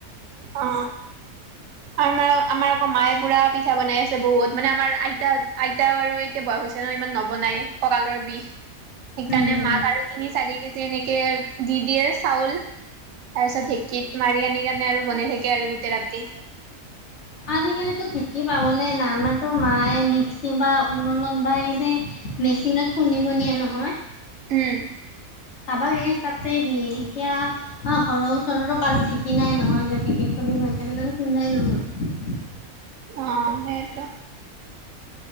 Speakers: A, on the right (about 70°); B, on the left (about 55°).
A: অ আাৰ আমাৰ আকৌ মায়ে পুৰা পিঠা বনাই আছে বহুত মানে আমাৰ আইতা আইতাও আৰু এতিয়া বয়স হৈছে ন ইমান নবনাই কঁকালৰ বিষ সেইকাৰণে
B: হম হম
A: মাক
B: হম।
A: আৰু তিনি চাৰি কে যি এনেকে কে দি দিয়ে চাউল তাৰপিছত ঢেঁকীত মাৰি আনি কেনে আৰু বনাই থাকে আৰু গোটেই ৰাতি
B: আজিকালিতো ঠিকেই পাবলে নমাৰো মায়ে মিক্সি বা ৰলত বািছে মেচিনত খুন্দিব নিয়ে ন
A: উম
B: কাৰোবাক এ তাতেই দিয়ে এতিয়া ঘৰৰ ওচৰৰতো কাৰো ঠিকি নাই নহয় কিক খি ম কাৰণে মানে কন্দাই নহয়
A: অ সেইটো